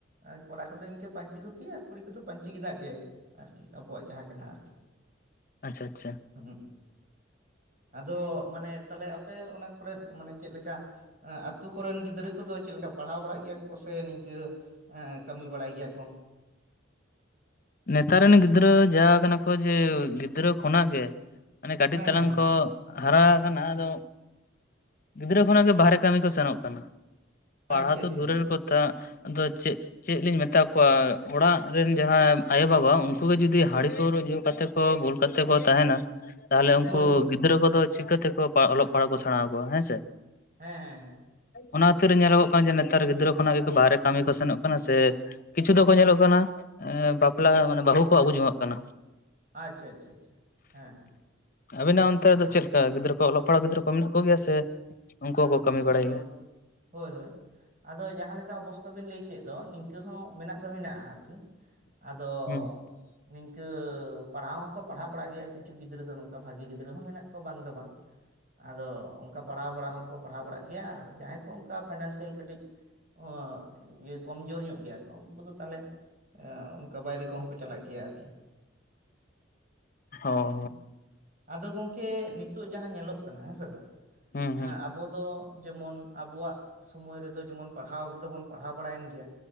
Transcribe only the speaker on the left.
ᱟᱪᱪᱷᱟ ᱟᱪᱪᱷᱟ ᱾
ᱱᱮᱛᱟᱨ ᱨᱮᱱ ᱜᱤᱫᱽᱨᱟᱹ ᱡᱟ ᱟᱠᱟᱱᱟ ᱠᱚ ᱡᱮ ᱜᱤᱫᱽᱨᱟᱹ ᱠᱷᱚᱱᱟᱜ ᱜᱮ᱾ ᱢᱟᱱᱮ ᱠᱟᱹᱴᱤᱡ
ᱛᱟᱞᱟᱝ
ᱠᱚ ᱦᱟᱨᱟ ᱟᱠᱟᱱᱟ ᱟᱫᱚ ᱜᱤᱫᱽᱨᱟᱹ ᱠᱷᱚᱱᱟᱜ ᱜᱮ ᱵᱟᱦᱨᱮ ᱠᱟᱹᱢᱤ ᱠᱚ ᱥᱮᱱᱚᱜ ᱠᱟᱱᱟ ᱾ ᱯᱟᱲᱦᱟᱣ
ᱛᱚ
ᱫᱩᱨᱮᱨ
ᱠᱚ ᱛᱷᱟ ᱟᱫᱚ ᱪᱮᱫ ᱪᱮᱫ ᱞᱤᱧ ᱢᱮᱛᱟ ᱠᱚᱣᱟ ᱚᱲᱟᱜ ᱨᱮᱱ ᱡᱟᱦᱟ ᱟᱭᱳ ᱵᱟᱵᱟ ᱩᱱᱠᱩ ᱜᱮ ᱡᱩᱫᱤ ᱦᱟᱺᱲᱤ ᱯᱟᱹᱣᱨᱟᱹ ᱧᱩ ᱠᱟᱛᱮ ᱠᱚ ᱵᱩᱞ ᱠᱟᱛᱮ ᱠᱚ ᱛᱟᱦᱮᱱᱟ᱾ ᱛᱟᱦᱚᱞᱮ ᱩᱱᱠᱩ
ᱜᱤᱫᱽᱨᱟᱹ ᱠᱚᱫᱚ ᱪᱤᱠᱟᱹᱛᱮ ᱠᱚ ᱚᱞᱚᱜ ᱯᱟᱲᱦᱟᱜ ᱠᱚ ᱥᱮᱬᱟ ᱟᱠᱚᱣᱟ ᱦᱮᱸ ᱥᱮ᱾
ᱚᱱᱟ ᱠᱷᱟᱛᱤᱨ ᱨᱮ ᱧᱮᱞᱚᱜᱚᱜ ᱠᱟᱱᱟ ᱡᱮ ᱱᱮᱛᱟᱨ ᱜᱤᱫᱽᱨᱟᱹ ᱠᱷᱚᱱᱟᱜ ᱜᱮ ᱵᱟᱨᱦᱮ ᱠᱟᱹᱢᱤ ᱠᱚ ᱥᱮᱱᱚᱜ ᱠᱟᱱᱟ ᱥᱮ ᱠᱤᱪᱷᱩ ᱫᱚᱠᱚ ᱧᱮᱞᱚᱜ ᱠᱟᱱᱟ ᱮ ᱵᱟᱯᱞᱟ ᱢᱟᱱᱮ ᱵᱟᱹᱦᱩ ᱠᱚ ᱟᱹᱜᱩ ᱡᱚᱝᱟᱜ ᱠᱟᱱᱟ᱾
ᱟᱵᱤᱱᱟᱜ ᱚᱱᱛᱮ ᱨᱮ ᱫᱚ ᱪᱮᱫ ᱞᱮᱠᱟ ᱜᱤᱫᱽᱨᱟᱹ ᱠᱚ ᱚᱞᱚᱜ ᱯᱟᱲᱦᱟᱜ ᱜᱤᱫᱽᱨᱟᱹ ᱠᱚ ᱢᱮᱱᱟᱜ ᱠᱚᱜᱮᱭᱟ ᱥᱮ ᱩᱱᱠᱩ <unintelligible>
ᱜᱮᱭᱟ
ᱦᱩᱸ
ᱦᱚᱸ
ᱦᱚᱸ ᱦᱩᱸ